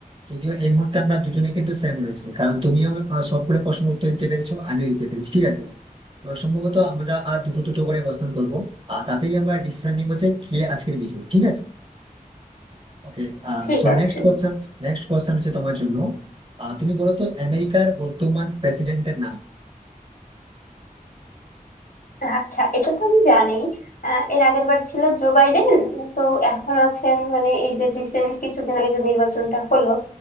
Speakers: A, on the right; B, on the left.
A: যদিও এই মুহূর্তে আমরা দুজনে কিন্তু সেম রয়েছে কারণ তুমিও আহ, সবগুলো প্রশ্ন উত্তর দিতে পেরেছো আমিও দিতে পেরেছি ঠিক আছে তো সম্ভবত আমরা আর দুটো দুটো করে কোশ্চেন করবো আর তাতেই আমরা ডিসিশন নিব যে কে আজকের বিজয়ী ঠিক আছে Okay
B: ঠিক
A: So
B: আছে
A: next question next question হচ্ছে তোমার জন্য আহ, তুমি বলো তো আমেরিকার বর্তমান প্রেসিডেন্টের
B: আচ্ছা এটা তো আমি জানি আহ, এর আগের বার ছিল জো বাইডেন তো এখন আছেন মানে এই যে রিসেন্ট কিছুদিন আগে যে নির্বাচনটা
A: নাম
B: হলো